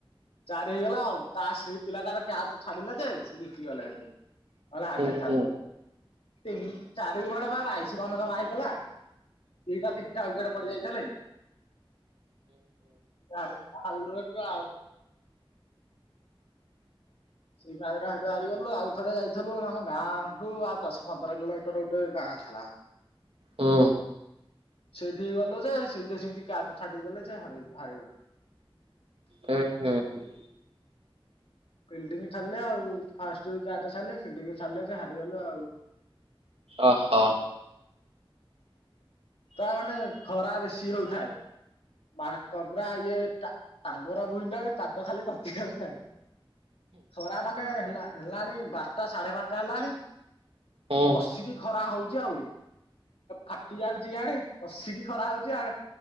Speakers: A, on the left; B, on the right.
A: ଚାରି ହେଇଗଲା ଆଉ ତା ସେଇ ପିଲାଟାର କ୍ୟାଚଛାଡିଲା ଯେ ସେ ଜିତି ଗଲେ ହେଠୁ। ହେଲ ହାର୍ଯାଇ
B: ହୁଁ
A: ଥାନ
B: ହୁଁ।
A: ତିନ ଚାରିବାର ବା ବାଇଶି ଜମା ହେଇଥିଲା। ଦିଇଟା ତିନଟା ୱିକେଟ୍ ପଡି ଯାଇଥିଲେ। <unintelligible> ସେଇ ମ୍ୟାଗ୍ ଟା ହେଡୁ ହାରି ଗଲୁ ଆଉ ଥରେ ଯାଇ ଥିଲୁ ଆମ ଗାଁଠୁ ଆଉ ଦଶ ପନ୍ଦର କିଲୋମିଟର ଗୋଟେ ଗାଁ ଥିଲା
B: ହୁଁ।
A: ସେଇଠି ଗଲୁ ଯେ ସେଇଠି ସେମତି କ୍ୟାଚ ଛାଡି ଦେଲେ ଯେ ହରେଇ ହାରି ଗଲୁ।
B: ହୁଁ ହୁଁ ହୁଁ।
A: ଫିଲ୍ଡି ଛାରିଲେ ଆଉ ଫାଷ୍ଟ ରୁ କ୍ୟାଚ୍ ଛାଡଲେ ଫିଲ୍ଡିଂ ଛାଡଲେ ଯେହାରିଗଲୁ ଆଉ।
B: ଓହୋ।
A: ତା ମାନେ ଖରା ବେଶୀ ହଉଥାଏ। ମାଙ୍କ ଇଏ ଟାଙ୍ଗରା ଭୁଇନ୍ ଟାଜେ ପାଦ ଖାଲି ତତିଜାଉ ଥାଏ। ଖରା ମାନେ ହେଲା ହେଲାଣି ବାରଟା ସାଢେ ବାରଟା ହେଲାଣି
B: ହୁଁ।
A: କସିକି ଖରା ହଉଚି ଆଉ ଫାଟି ଯାଉଚି ୟାଡେ କସିକି ଖରା ହଉଚି ୟାଡେ